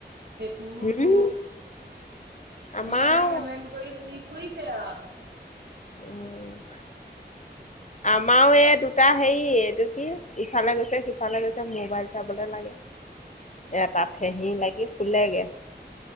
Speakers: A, on the right; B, on the left.
A: সেইটোও
B: উম
A: দুখ।
B: আমাৰও
A: এমেনা সেমেন কৰি ঘুহি ফুইছে আৰু।
B: উম। আমাৰো এই দুটা হেৰি এইটো কি ইফালে গৈছে সিফালে গৈছে মোবাইল চাবলে লা এতাত থেহি লাগি খুলেগে।